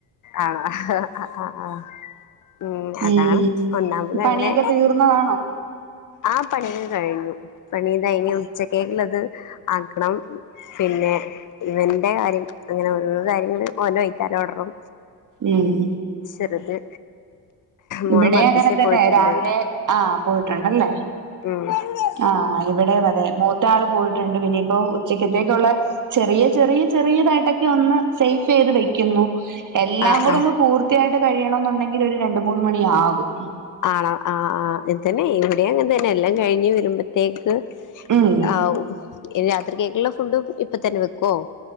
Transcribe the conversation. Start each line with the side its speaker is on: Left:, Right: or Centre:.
Left: ആണോ ആഹ് ആഹ് ഉം അതാണ്
Right: ഉം
Left: ഒന്നാമത്
Right: പണിയൊക്കെ
Left: അങ്ങനെ
Right: തീർന്നതാണോ?
Left: ആഹ് പണിക്കെ കഴിഞ്ഞു പണിയിതാ ഇനി ഉച്ചക്കേക്ക് ഇള്ളത് ആക്കണം. പിന്നെ ഇവന്റെ കാര്യം അങ്ങനെ ഓരോരോ കാര്യങ്ങള് ഓന്റെ വൈത്തേ ലോട്ണം.
Right: ഉം
Left: ചെറുത് മോള്
Right: ഇ ബെടെ
Left: മദ്രസേ
Right: അങ്ങനെ തന്നെ
Left: പോയിട്ടുണ്ട്
Right: രാവിലെ ആഹ് പോയിട്ടുണ്ട് അല്ലേ.
Left: ഉം
Right: ആഹ് ഇവടെ അതേ മോത് ത്താള് പോയിട്ട് ഉണ്ട് പിന്നെയിപ്പോ ഉച്ചക്കത്തേക്കോള്ളെ ചെറിയ ചെറിയ ചെറിയതായിട്ടാ ഒന്ന് സേയ്ഫ് ചെയ്ത് വെയ്ക്കുന്നു. എല്ലാം
Left: ആഹ്
Right: കുടെ
Left: ആഹ്
Right: ഒന്ന് പൂർത്തിയായിട്ട് കയിയണം എന്ന് ഒണ്ടാങ്കി ഒര് രണ്ട് രണ്ട് മൂന്ന് മണിയാകും.
Left: ആണൊ ആഹ് ആഹ് ഇത് തന്നെ ഇവടെയും അങ്ങനെ തന്നെ എല്ലാം കഴിഞ്ഞ് വര്മ്പേ തേക്ക്
Right: ഉം
Left: ആവു. രാത്രി കേക്ക്ള്ളാ ഫുഡും ഇപ്പം തന്നെ വെക്കോ.